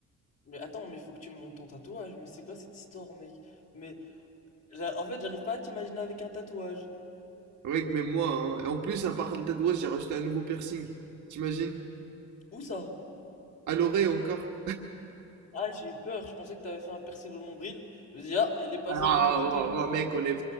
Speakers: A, on the left; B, on the right.
A: Mais attends, mais faut que tu me montes ton tatouage, mais c'est quoi cette histoire, mec? Mais j'a- en fait, j'arrive pas à t'imaginer avec un tatouage.
B: Mec, mais moi, hein. Et en plus, à part le tatouage, j'ai rajouté un nouveau piercing. T'imagines?
A: Où ça?
B: À l'oreille, encore.
A: Ah, j'ai eu peur. Je pensais que t'avais fait un percé au nombril. Je me dis, ah, il est passé
B: Ah,
A: de l'autre côté.
B: oh, oh, oh, mec, on est...